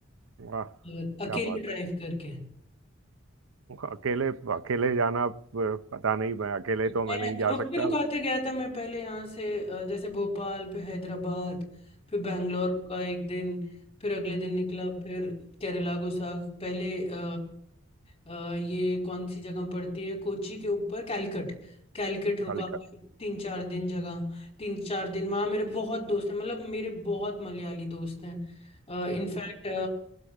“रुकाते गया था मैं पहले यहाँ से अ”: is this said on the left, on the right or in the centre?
Left